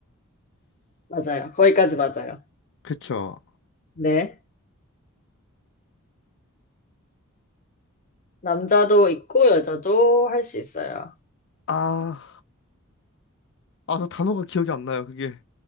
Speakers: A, on the left (about 35°); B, on the left (about 55°).
A: 맞아요. 거기까지 맞아요.
B: 그쵸?
A: 네. 남자도 있고 여자도 할 수 있어요.
B: 아, 아, 그 단어가 기억이 안 나요, 그게.